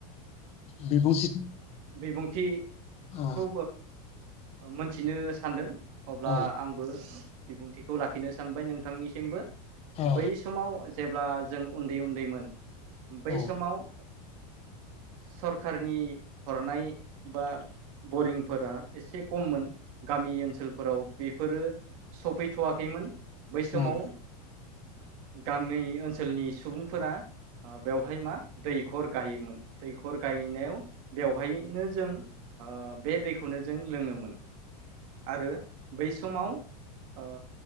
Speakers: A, on the left; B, on the right.
A: बिबुंथि
B: बिबुंथिखौ
A: औ
B: मोनथिनो सानदों अब्ला
A: औ
B: आं बिबुंथिखौ लाखिनो सानबाय नोंथांनिसिमबो
A: औ
B: बै स समाव जेब्ला जों उन्दै उन्दैमोन बै
A: औ
B: समाव सरखारारनि हरनाय बा बरिंफोरा एसे खममोन। गामि ओनसोलफोराव बेफोरो सफैथ'वाखैमोन बै समाव
A: नंगौ
B: गामि ओनसोलनि सुबुंफोरा बेवहाय मा दैखर गायोमोन दैखर गायनायाव बेवहायनो जों ओ बे दैखौनो जों लोङोमोन। आरो बै समाव ओ